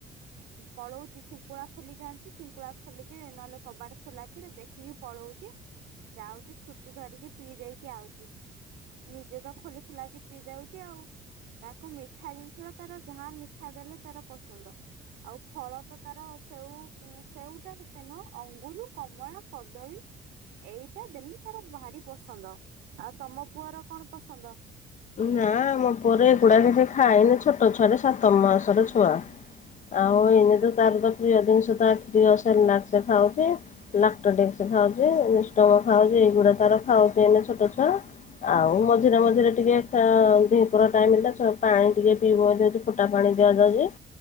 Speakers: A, on the right; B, on the left.
A: ପଳଉଛି ଶିଙ୍କୁଳା ଖୋଲିଜାଣିଚି ଶିଙ୍କୁଳା ଖୋଲିକି ନହେଲେ କବାଟ ଖୋଲା କିରେ ଦେଖିକି ପଳଉଛି ଯାଉଛି ଫ୍ରୁଟି ଧରିକି ପିଇ ଦେଇକି ଆଉଛି। ନିଜେ ତ ଖୋଲି ଖୁଲାକି ପିଇ ଦେଉଛି ଆଉ। ତାକୁ ମିଠା ଜିନିଷର ତାର ଯାହା ମିଠା ଦେଲେ ତାର ପସନ୍ଦ। ଆଉ ଫଳ ତ ତାର ସେଉ ସେଉଟା ହେତେ ନୁହଁ ଅଙ୍ଗୁରୁ, କମଳା, କଦଳୀ ଏଇଟା ଡେଲି ତାର ଭାରି ପସନ୍ଦ। ଆଉ ତମ ପୁଅର କଣ ପସନ୍ଦ?
B: ନା ମୋ ପୁଅର ଏଗୁଡା କିଛି ଖାଇନି ଛୋଟ ଛୁଆ ଯେ ସାତ ମାସର ଛୁଆ। ଆଉ ଏଇନେ ତ ତାର ତ ପ୍ରିୟ ଜିନିଷ ତାର ପ୍ରିୟ ସେର୍ଲାକ ସେ ଖାଉଚି। ଲାକ୍ଟୋଡେକ୍ସ ଖାଉଚ଼ି <unintelligible> ଖାଉଛି ଏଇଗୁଡା ତାର ଖାଉଛି ଏନେ ଛୋଟ ଛୁଆ। ଆଉ ମଝିରେ ମଝିରେ ଟିକେ ତା ଦିପହର ଟାଇମ ହେଲା ଛୁ ପାଣି ଟିକେ ପିଇବ ଯଦି ଫୁଟା ପାଣି ଦିଆଯାଉଚ଼ି।